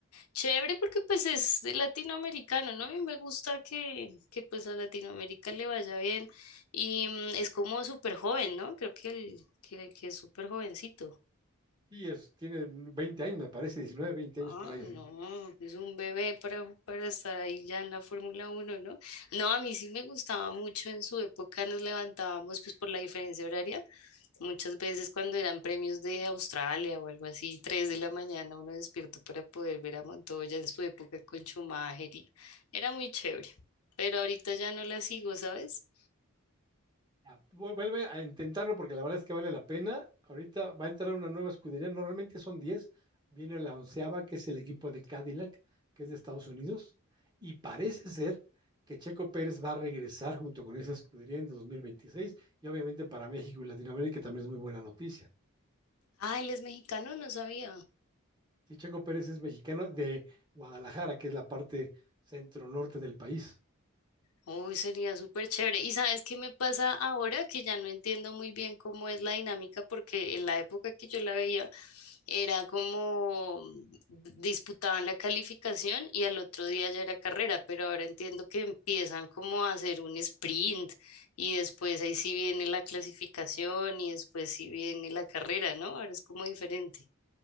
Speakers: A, on the left; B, on the right.
A: Chévere porque pues es de latinoamericano, ¿no? Y me gusta que, que pues a Latinoamérica le vaya bien. Y mm, es como súper joven, ¿no? Creo que, el, que, que es súper jovencito.
B: Y es, tiene 20 años, me parece, 19, 20 años
A: Ah,
B: por ahí así.
A: no, es un bebé para, para estar ahí ya en la Fórmula uno ¿no? No, a mí sí me gustaba mucho en su época, nos levantábamos pues por la diferencia horaria, muchas veces cuando eran premios de Australia o algo así, 3 de la mañana uno despierto para poder ver a Montoya en su época con Schumacher y era muy chévere, pero ahorita ya no la sigo, ¿sabes?
B: Ya, vu- Vuelve a intentarlo porque la verdad es que vale la pena. Ahorita va a entrar una nueva escudería, normalmente son diez viene la onceava, que es el equipo de Cadillac, que es de Estados Unidos, y parece ser que Checo Pérez va a regresar junto con esa escudería en 2026 y obviamente para México y Latinoamérica también es muy buena noticia.
A: Ah, él es mexicano, no sabía.
B: Sí, Checo Pérez es mexicano de Guadalajara, que es la parte centro-norte del país.
A: Uy, sería súper chévere. ¿Y sabes qué me pasa ahora? Que ya no entiendo muy bien cómo es la dinámica, porque en la época que yo la veía era como mm, disputaban la calificación y al otro día ya era carrera, pero ahora entiendo que empiezan como a hacer un sprint y después ahí sí viene la clasificación y después sí viene la carrera, ¿no? Ahora es como diferente.